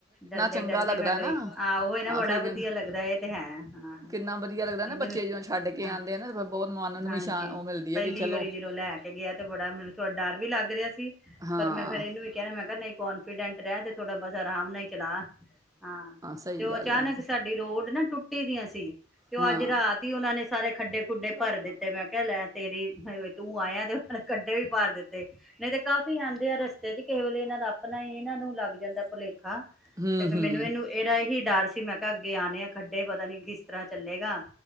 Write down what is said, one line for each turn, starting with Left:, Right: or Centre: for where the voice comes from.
Centre: ਡਰਦੇ
Right: ਚੰਗਾ
Centre: ਡਰਦੇ
Right: ਲੱਗਦਾ
Centre: ਮੈਂ ਗਈ
Right: ਨਾ
Centre: ਆਹ ਨਾ
Right: ਹਾਂ
Centre: ਬੜਾ
Right: ਫਿਰ
Centre: ਵਧੀਆ
Right: ਕਿੰਨ-
Centre: ਲੱਗਦਾ ਇਹ ਤੇ ਹੈ ਹਾਂ
Right: ਕਿੰਨਾ ਵਧੀਆ ਲੱਗਦਾ ਨਾ
Centre: ਇਹਨੂੰ
Right: ਬੱਚੇ
Centre: ਵੀ
Right: ਜਦੋਂ ਛੱਡ ਕੇ
Centre: ਹਾਂ
Right: ਆਉਂਦੇ ਆ ਨਾ ਤੇ ਫਿਰ ਬਹੁਤ ਮਨ ਨੂੰ
Centre: ਹਾਂਜੀ
Right: ਵੀ ਸ਼ਾਂ ਉਹ ਮਿਲਦੀ
Centre: ਪਹਿਲੀ
Right: ਹੈ ਕਿ ਚਲੋ
Centre: ਵਾਰੀ ਜਦੋਂ ਲੈ ਕੇ ਗਿਆ ਤੇ ਬੜਾ ਮੈਨੂੰ ਥੋੜਾ ਡਰ ਵੀ ਲੱਗ ਰਿਹਾ ਸੀ
Right: ਹਾਂ
Centre: ਪਰ ਮੈਂ ਫਿਰ ਇਹਨੂੰ ਵੀ ਕਿਹਾ ਮੈਂ ਕਿਹਾ ਨਹੀਂ ਕੋਂਫਿਡੈਂਟ ਰਹਿ ਤੇ ਥੋੜਾ ਬਸ ਆਰਾਮ ਨਾਲ ਹੀ ਚਲਾ ਹਾਂ
Right: ਸਹੀ
Centre: ਤੇ ਉਹ
Right: ਗੱਲ
Centre: ਅਚਾਨਕ
Right: ਹੈ
Centre: ਸਾਡੀ ਰੋਡ ਨਾ ਟੁੱਟੀ ਦੀਆਂ ਸੀ ਤੇ ਉਹ
Right: ਹਾਂ
Centre: ਅੱਜ ਰਾਤ ਹੀ ਉਹਨਾ ਨੇ ਸਾਰੇ ਖੱਡੇ ਖੁੱਡੇ ਭਰ ਦਿੱਤੇ ਮੈਂ ਕਿਹਾ ਲੈ ਤੇਰੀ ਤੂੰ ਆਇਆ ਤੇ ਕੱਢੇ ਵੀ ਭਾਰ ਦਿੱਤਾ ਨਹੀਂ ਤੇ ਕਾਫੀ ਆਉਂਦੇ ਆ ਰਸਤੇ ਚ ਕਿਸੇ ਵੇਲੇ ਇਹਨਾਂ ਦਾ ਆਪ ਆਪਣਾ ਇਹਨਾਂ ਨੂੰ ਜਂਤਾ ਪੱਲੇ
Right: ਹੂੰ
Centre: ਤੇ ਫ
Right: ਹੂੰ
Centre: ਮੈਨੂੰ ਇਹਨੂੰ ਇਹਦਾ ਇਹੀ ਡਰ ਸੀ ਮੈਂ ਕਿਹਾ ਅੱਗੇ ਆਉਣੇ ਆ ਖੱਡੇ ਪਤਾ ਨੀ ਕਿਸ ਤਰ੍ਹਾਂ ਚੱਲੇਗਾ